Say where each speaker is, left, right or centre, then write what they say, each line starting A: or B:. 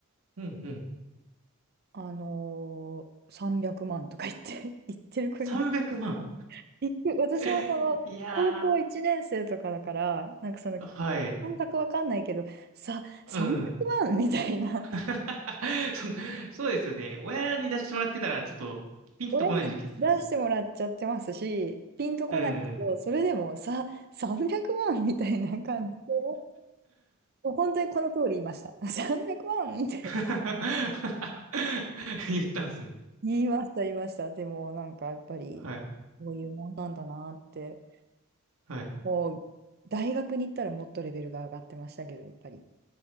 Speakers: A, on the right; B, on the right.
A: うんうん。
B: あのー、300万とか言って、<laughs> 言ってる子います。
A: 300万。
B: 言って私はその高校1年生とかだから、
A: <laughs> いや
B: なんかその
A: ー。はい。
B: 感覚わかんないけど、さ、300万みたいな。
A: うん。<laughs> そ、そうですよね。親に出してもらってたら、ちょっと、ピンとこない時期ですよね。
B: 親に出してもらっちゃってますし、ピンとこないけど、
A: うん。
B: それでもさ、300万みたいな感じで、もう本当にこの通り言いました。<laughs> 300万みたいな。
A: <laughs> 言ったんですね。
B: 言いました、言いました。でも、なんかやっぱり、
A: はい。
B: こういうもんなんだなって、
A: はい。
B: もう、大学に行ったらもっとレベルが上がってましたけど、やっぱり。